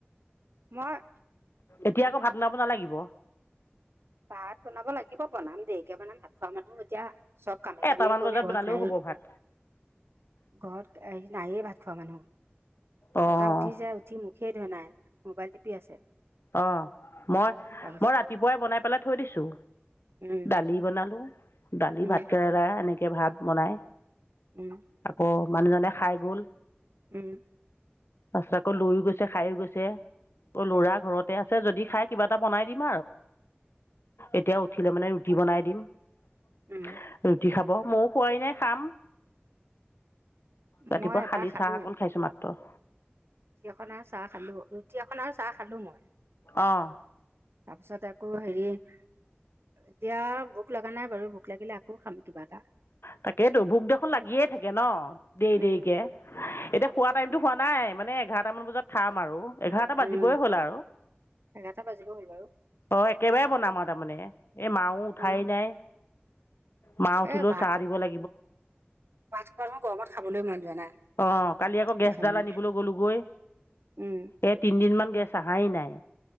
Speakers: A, on the right (about 75°); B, on the left (about 80°).
A: মই
B: এতিয়া আকৌ ভাত বনাব নালাগিব
A: পাত বনাব লাগিব বনাম দেৰিকে বনাম ভাত খোৱা মানুহ এতিয়া চব কামে
B: এই
A: কামেই
B: এটামান
A: গল
B: বজাত
A: ঘৰত
B: বনালেও
A: নাই
B: হ'ব ভাত
A: ঘৰত নায়ে ভাত খোৱা মানুহ
B: অঁ
A: এটা উঠি যাই উঠিম সেই ধৰণে মোবাইল টিপি আছে
B: অ মই
A: তাৰপিছত
B: মই ৰাতিপুৱাই বনাই পেলাই থইদিছো
A: উম,
B: দালি বনালো দালি
A: উম,
B: ভাত কেৰেলা এনেকে ভাত বনাই
A: উম,
B: তাকো মানুহজনে খাই গ'ল
A: উম
B: তাৰপিছত আকৌ লৈয়ও গৈছে খাইো গৈছে অ' লোৰা
A: উম,
B: য খ কা এটা ব দিম এতিয়া উ মান ৰুি ব
A: উম,
B: খাব মোক খোৱাই নাই খাম ৰাতিপুৱা
A: মই এবাৰ
B: শালি
A: খালো
B: চাহ অকণ খাইছো মাত্ৰ
A: ৰুটি এখনা চাহ খালো ৰুটি এখনা চাহ খালো মই
B: আহ
A: তাৰ পিছত আকৌ হেৰি এতিয়া ভোক লগা নাই বাৰু ভোক লাগিলে আকৌ খাম কিবা এটা
B: তাকেতো ভোক দেখোন লাগিয়ে থাকে ন দেৰি
A: উম,
B: দেৰিকে এতিয়া হোৱা টাইমতো হোৱা নাই মানে এঘাৰটা মান বজাত খাম আৰু এঘাৰটা
A: উম
B: বাজিবই হ'ল আৰু
A: এঘাৰটা বাজিব হ'ল বাৰু
B: অ' একেবাৰে বনাম আৰু তাৰমানে এই মা নও উঠাই
A: বনাম
B: নাই ম উিলো
A: এ ভাত
B: দ ল
A: ভাত খোপা দেখোন গৰমত খাবলৈ মন যোৱা নাই
B: অ কালি আকৌ গেছডাল
A: কি খাবিনো
B: আনিবলৈ গ'লোগৈ
A: উম
B: এই তিনিদিন গেছ নাই